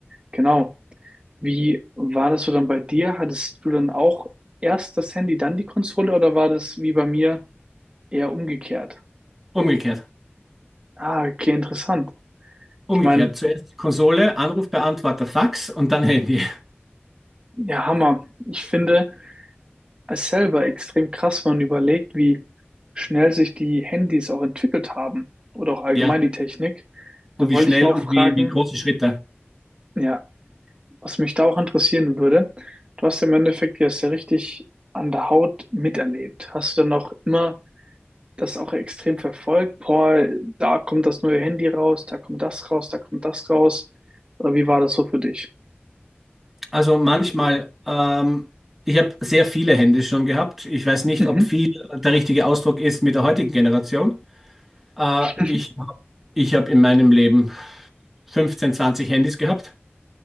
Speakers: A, on the right; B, in the centre.
A: Genau. Wie war das so dann bei dir? Hattest du dann auch erst das Handy, dann die Konsole oder war das wie bei mir eher umgekehrt?
B: Umgekehrt.
A: Ah, okay, interessant.
B: Umgekehrt.
A: Ich meine,
B: Zuerst Konsole, Anrufbeantworter, Fax und dann Handy.
A: ja, Hammer. Ich finde es selber extrem krass, wenn man überlegt, wie schnell sich die Handys auch entwickelt haben oder auch allgemein
B: Ja.
A: die Technik. Da
B: und wie
A: wollte
B: schnell
A: ich mal auch
B: und
A: fragen,
B: wie, wie große Schritte.
A: ja, Was mich da auch interessieren würde, du hast im Endeffekt ja es ja richtig an der Haut miterlebt. Hast du dann auch immer das auch extrem verfolgt? Boah, da kommt das neue Handy raus, da kommt das raus, da kommt das raus. Oder wie war das so für dich?
B: Also manchmal, ähm, ich habe sehr viele Hände schon gehabt. Ich weiß nicht,
A: Mhm.
B: ob viel der richtige Ausdruck ist mit der heutigen Generation. Äh,
A: <laughs>
B: ich hab- ich habe in meinem Leben 15, 20 Handys gehabt.